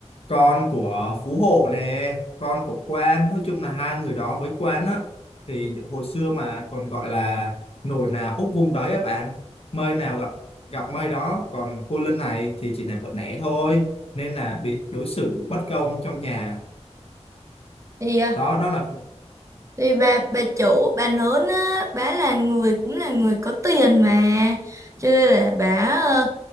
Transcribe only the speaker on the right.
thì à,
Thì bà bà chủ bà lớn á bà là người cũng là người có tiền mà cho nên là bà ờ,